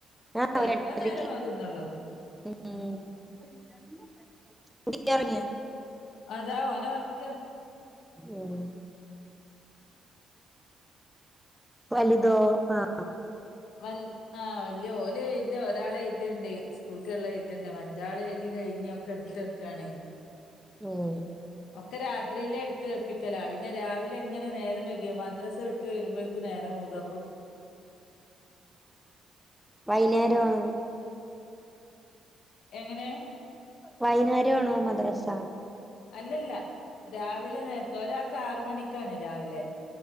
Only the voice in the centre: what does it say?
ആഹ
ഒരു ട്ടരക്ക്
ഉ
കുഞ്ഞു ഉറങ്ങിയോ
ഉം വലിതോ ആ
ം
വൈുന്നേരം
വൈനാരം ആണോ മദ്രാസ